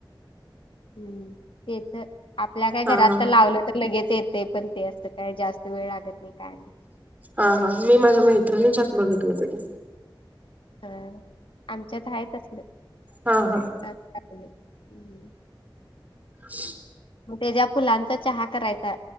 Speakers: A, on the left; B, on the right.
A: हम्म तेच आपल्या काय घरात
B: हा हा
A: तर लावलं तर लगेच येते. पण ते असं काय जास्त वेळ लागत नाही काय नाय.
B: हा हा मी माझ्या मैत्रिणीच्यात बघतं होते ते.
A: ह आमच्यात आहे तसलं.
B: हा हा.
A: ह्
B: <inaudible>
A: ते ज्या फुलांचा चहा करायचा